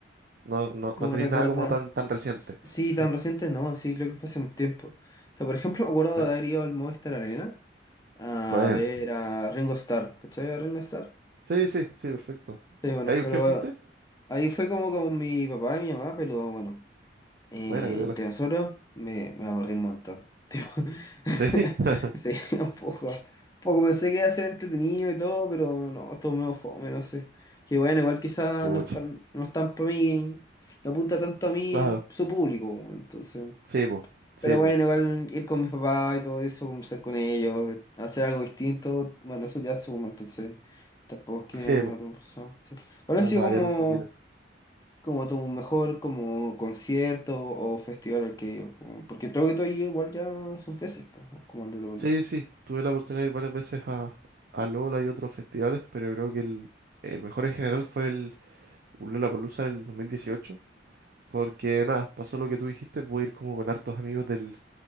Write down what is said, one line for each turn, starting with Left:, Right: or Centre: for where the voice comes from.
Right: No, no,
Left: como
Right: no tenéis
Left: recordar.
Right: nada como tan, tan reciente.
Left: Sí,
Right: Sí,
Left: tan reciente no, sí, creo que fue hace un tiempo. O sea, por ejemplo, me acuerdo
Right: bueno,
Left: de haber ido al Movistar Arena a
Right: bueno.
Left: ver a Ringo Starr. ¿Cachai a Ringo Starr?
Right: Sí, sí, sí, perfecto.
Left: Sí, bueno,
Right: ¿Ahí con
Left: pero
Right: quién fuiste?
Left: ahí fue como con mi papá y mi mamá, pero bueno, eh,
Right: Bueno, qué tela.
Left: entre nosotros me, me aburrí un montón. Tipo, <laughs>
Right: Sí, <laughs>
Left: sí, un poco, un poco pensé que iba a ser entretenido y todo, pero no, estuvo medio fome, no sé. Que bueno, igual quizás
Right: pucha,
Left: no es, pa- no es tan para mí, no apunta tanto a mí
Right: claro.
Left: el- su público, entonces.
Right: Sí, po, sí,
Left: Pero bueno,
Right: po,
Left: igual ir con mis papás y todo eso, conversar con ellos, hacer algo distinto, bueno, eso ya suma, entonces tampoco es que
Right: sí,
Left: me
Right: po,
Left: tengo profesor. Sí. ¿Cuál
Right: como
Left: ha sido
Right: para
Left: como,
Right: variar un poquito.
Left: como tu mejor como concierto o festival al que he ido? Como- Porque creo que tú has ido igual ya sus veces, pues, ¿no? como al Lollapalooza.
Right: Sí, sí, tuve la oportunidad de ir varias veces a, a Lola y otros festivales, pero creo que el, el mejor en general fue el Lollapalooza del 2018 Porque nada, pasó lo que tú dijiste, pude ir como con hartos amigos del,